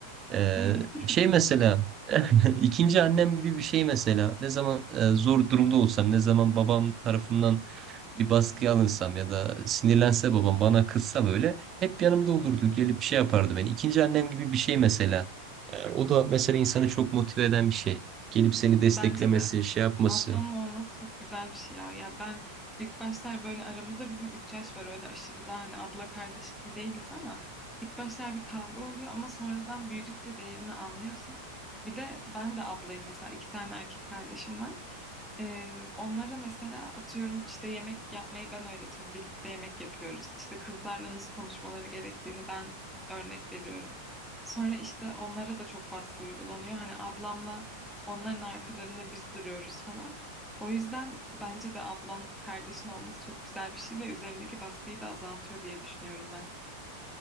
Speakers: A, on the right; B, in the centre.
A: E,
B: <laughs>
A: şey mesela <laughs> ikinci annem gibi bir şey mesela. Ne zaman e, zor durumda olsam, ne zaman babam tarafından bir baskıya alınsam ya da sinirlense babam bana kızsa böyle hep yanımda olurdu. Gelip şey yapardı beni. İkinci annem gibi bir şey mesela. Ee, o da mesela insanı çok motive eden bir şey. Gelip seni
B: Ya
A: desteklemesi,
B: bence de
A: şey yapması.
B: ablanın olması çok güzel bir şey ya. Ya ben ilk başlar böyle aramızda bizim 3 yaş var öyle aşırı da hani abla kardeş gibi değiliz ama ilk başlar bir kavga oluyor ama sonradan büyüdükçe değerini anlıyorsun. Bir de ben de ablayım mesela iki tane erkek kardeşim var. Ee, onlara mesela atıyorum işte yemek yapmayı ben öğretiyorum. Birlikte yemek yapıyoruz. İşte kızlarla nasıl konuşmaları gerektiğini ben örnek veriyorum. Sonra işte onlara da çok baskı uygulanıyor. Hani ablamla onların arkalarında biz duruyoruz falan. O yüzden bence de ablan kardeşin olması çok güzel bir şey ve üzerindeki baskıyı da azaltıyor diye düşünüyorum ben.